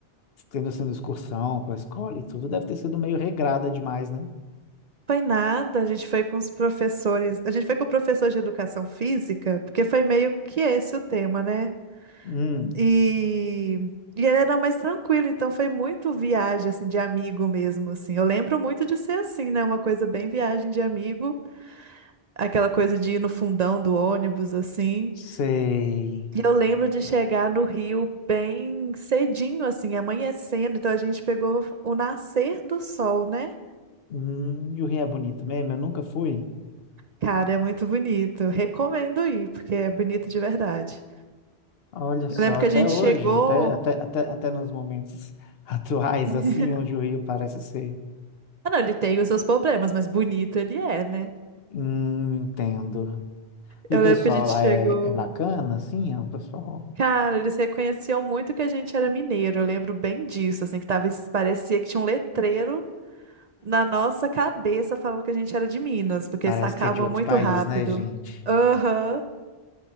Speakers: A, on the left; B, on the right.
A: tendo sido excursão com a escola e tudo, deve ter sido meio regrada demais, né?
B: Foi nada, a gente foi com os professores, a gente foi com o professor de educação física, porque foi meio que esse o tema, né?
A: Hum,
B: E, e ele era mais tranquilo, então foi muito viagem, assim, de amigo mesmo, assim. Eu lembro muito de ser assim, né? Uma coisa bem viagem de amigo, aquela coisa de ir no fundão do ônibus, assim.
A: sei.
B: E eu lembro de chegar no Rio bem cedinho, assim, amanhecendo. Então a gente pegou o nascer do sol, né?
A: Hum, e o Rio é bonito mesmo? Eu nunca fui.
B: Cara, é muito bonito. Recomendo ir, porque é bonito de verdade.
A: Olha só,
B: Eu lembro
A: até
B: que a gente
A: hoje,
B: chegou.
A: até, até, até, até nos momentos <laughs> atuais,
B: <laughs>
A: assim, onde o Rio parece ser.
B: Ah, não, ele tem os seus problemas, mas bonito ele é, né?
A: Hum, entendo. E
B: Eu
A: o pessoal
B: lembro que a gente
A: lá
B: chegou.
A: é, é bacana, assim, é o pessoal
B: Cara, eles reconheciam muito que a gente era mineiro. Eu lembro bem disso, assim, que tava, parecia que tinha um letreiro na nossa cabeça falando que a gente era de Minas, porque
A: parece
B: sacavam
A: que é de outro
B: muito
A: país,
B: rápido.
A: né, gente?
B: Aham.